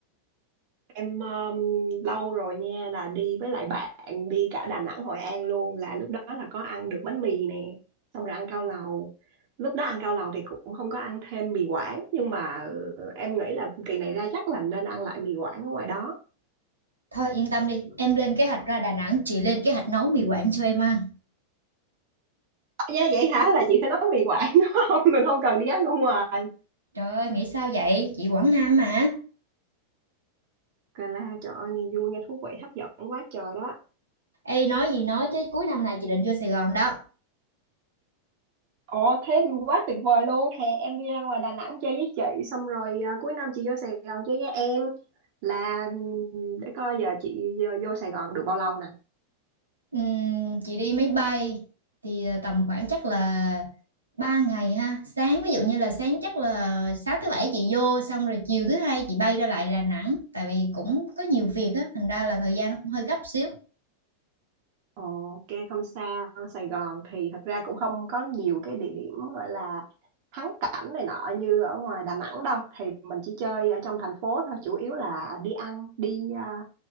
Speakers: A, on the right (about 45°); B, on the right (about 80°).
A: em um, lâu rồi nha là đi với lại bạn đi cả Đà Nẵng Hội An luôn là lúc đó là có ăn được bánh mì nè xong rồi ăn cao lầu lúc đó ăn cao lầu thì cũng không có ăn thêm mì Quảng nhưng mà ừ, em nghĩ là kỳ này ra chắc là nên ăn lại mì Quảng ở ngoài đó
B: Thôi yên tâm đi, em lên kế hoạch ra Đà Nẵng, chị lên kế hoạch nấu mì Quảng cho em ăn.
A: Dạ, vậy hả là chị phải nấu mì Quảng đúng không <laughs> mình không cần đi ăn ở ngoài
B: Trời ơi, nghĩ sao vậy? Chị Quảng Nam mà.
A: cà la trời ơi nghe vui nghe thú vị hấp dẫn quá trời đó
B: Ê, nói gì nói chứ cuối năm này chị định vô Sài Gòn đó.
A: Ồ thế thì quá tuyệt vời luôn Hè em đi ra ngoài Đà Nẵng chơi với chị Xong rồi à, cuối năm chị vô Sài Gòn chơi với em Là ừm, để coi giờ chị vô, vô Sài Gòn được bao lâu nè
B: Ừm, chị đi máy bay thì ờ, tầm khoảng chắc là ba ngày ha sáng ví dụ như là sáng chắc là sáng thứ bảy chị vô xong rồi chiều thứ hai chị bay ra lại Đà Nẵng tại vì cũng có nhiều việc á thành ra là thời gian nó cũng hơi gấp xíu
A: Ồ ok không sao Sài Gòn thì thật ra cũng không có nhiều cái địa điểm gọi là thắng cảnh này nọ như ở ngoài Đà Nẵng đâu Thì mình chỉ chơi ở trong thành phố thôi Chủ yếu là đi ăn, đi à,